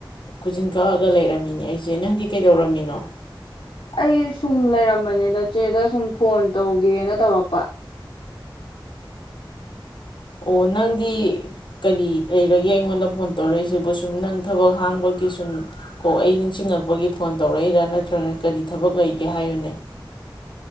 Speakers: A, on the left; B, on the left.
A: ꯈꯨꯖꯤꯟ ꯀꯛꯑꯒ ꯂꯩꯔꯝꯃꯤꯅꯦ ꯑꯩꯁꯦ ꯅꯪꯗꯤ ꯀꯩꯗꯧꯔꯝꯃꯤꯅꯣ
B: ꯑꯩ ꯁꯨꯝ ꯂꯩꯔꯝꯕꯅꯦꯗꯣ ꯆꯦꯗ ꯁꯨꯝ ꯐꯣꯟ ꯇꯧꯒꯦꯅ ꯇꯧꯔꯛꯄ
A: ꯑꯣ ꯅꯪꯗꯤ ꯀꯔꯤ ꯂꯩꯔꯒꯦ ꯑꯩꯉꯣꯟꯗ ꯐꯣꯟ ꯇꯧꯔꯛꯏꯁꯤꯕꯨ ꯁꯨꯝ ꯅꯪ ꯊꯕꯛ ꯍꯥꯡꯕꯒꯤ ꯁꯨꯝ ꯀꯣ ꯑꯩ ꯅꯤꯡꯁꯤꯡꯉꯛꯄꯒꯤ ꯐꯣꯟ ꯇꯧꯔꯛꯏꯔꯗ ꯂꯝꯗ ꯅꯠꯇ꯭ꯔꯒꯅ ꯀꯔꯤ ꯊꯕꯛ ꯂꯩꯒꯦ ꯍꯥꯏꯌꯨꯅꯦ